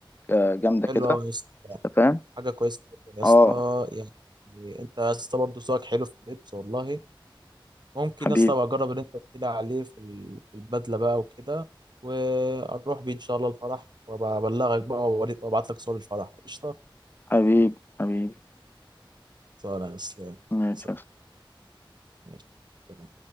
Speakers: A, on the left; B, on the right.
A: آه، جامدة
B: حلو
A: كده
B: قوي يا اسطى
A: أنت فاهم
B: حاجه كويسه جداً يا
A: اه
B: اسطى يعني انت يا اسطى برضه ذوقك حلو في اللبس والله ممكن
A: حبيب
B: يا اسطى ابقى اجرب اللي انت قلت لي عليه في ال- في البدله بقى وكده واروح بيه ان شاء الله الفرح وابلغك بقى وأوريك- وابعت لك صور الفرح قشطه
A: حبيب حبيب
B: سلام يا اسلام
A: ماشي
B: سلام. ماشي. سلام.